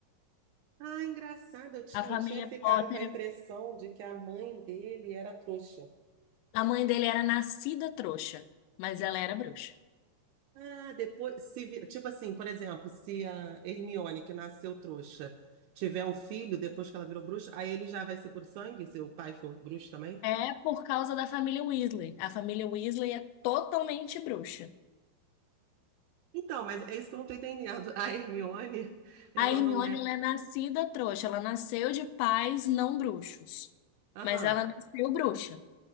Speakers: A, on the right; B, on the left.
A: Ah, engraçado, eu tinha,
B: a família
A: eu tinha ficado
B: Potter,
A: com a impressão de que a mãe dele era trouxa.
B: a mãe dele era nascida trouxa, mas ela era bruxa.
A: Ah, depois, se, vi- tipo assim, por exemplo, se a Hermione, que nasceu trouxa, tiver um filho depois que ela virou bruxa, aí ele já vai ser por sangue, se o pai for bruxo também?
B: É por causa da família Weasley. A família Weasley é totalmente bruxa.
A: Então, mas é isso que eu não tô entendendo. <laughs> A Hermione, ela
B: A Hermione,
A: não é.
B: ela é nascida trouxa. Ela nasceu de pais não bruxos,
A: Aham.
B: mas ela nasceu bruxa.